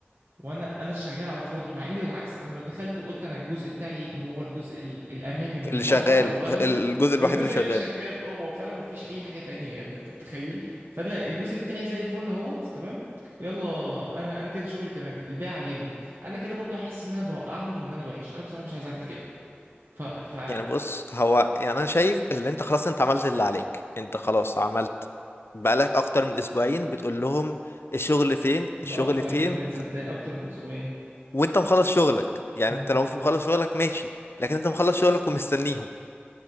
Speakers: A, on the right (about 70°); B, on the left (about 70°).
A: وانا انا شغال على فرونت مع اني بالعكس انا لو دخلت وقلت انا الجزء بتاعي هو الجزء ال- الامامي من الموقع
B: اللي شغال
A: والواجهه
B: الجزء الوحيد
A: الجزء
B: اللي شغال
A: اللي شغال اه ما هو فعلا مفيش اي حاجه تانية يا ابني انت متخيل فانا الجزء بتاعي زي الفل اهوت تمام يلا انا انا كده شغلي تمام الباقي عليهم انا كده برضو احس ان انا بوقعهم وان انا وحش انا بصراحه مش عايز اعمل كده ف ف
B: يعني بص هو يعني انا شايف اللي انت خلاص انت عملت اللي عليك انت خلاص عملت بقالك اكتر من اسبوعين بتقول لهم الشغل فين
A: ده
B: الشغل
A: اكتر
B: فين
A: كمان صدقني اكتر من اسبوعين
B: وانت مخلص شغلك يعني
A: مم.
B: انت لو في مخلص شغلك ماشي لكن انت مخلص شغلك ومستنيهم